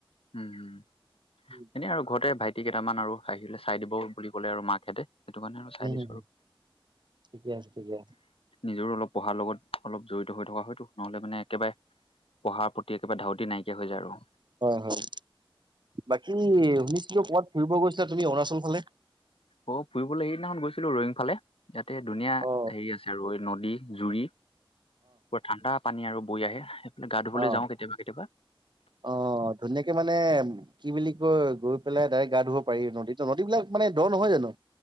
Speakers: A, on the left (about 80°); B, on the right (about 55°).
A: উম
B: উম,
A: এনেই আৰু ঘৰতে ভাইটি কেইটামান আৰু খাঁ লৈ চাই দিব বুলি ক'লে আৰু মাকাহেঁতে সেইটো কাৰণে আৰু চাই
B: হম,
A: দিছো আৰু
B: ঠিকে আছে ঠিকে আছে
A: নিজৰ অলপ পঢ়াৰ লগত অলপ জড়িত হৈ থকা হয়তো নহলে মানে একেবাৰে পঢ়াৰ প্ৰতি একেবাৰে ধাউতি নাইকিয়া হৈ যায় আৰু
B: হয় হয় বাকী শুনিছো কিয় কাত ফুৰিব গৈছিলা তুমি অৰুণাচল ফালে
A: অ ফুৰিবলৈ সেইদিনাখন গৈছিলো ৰইিং ফালে ইয়াতে ধুনীয়া
B: অ
A: হেৰি আছে ৰই নদী জুৰি পৰা ঠাণ্ডা পানী আৰু বৈ আহে গা ধুবলৈ
B: অ
A: যাওঁ কেতিয়াবা কেতিয়াবা
B: অ ধুনীয়াকে মানে কি বুলি কয় গৈ পেলাই ডাইৰেক্ গা ধুব পাৰি নদীত নদীবিলাক মানে ধৰ নহয় জানো